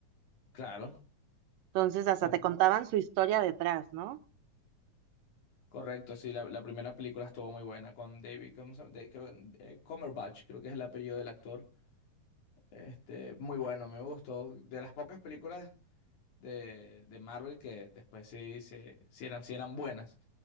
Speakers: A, on the left; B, on the right.
A: Claro,
B: Entonces hasta
A: con,
B: te contaban su historia detrás, ¿no?
A: correcto, sí, la, la primera película estuvo muy buena con David, ¿cómo se llama? De- creo, que- eh, Cumberbatch, creo que es el apellido del actor. Este, muy bueno, me gustó. De las pocas películas de, de Marvel que después sí, sí, sí eran, sí eran buenas.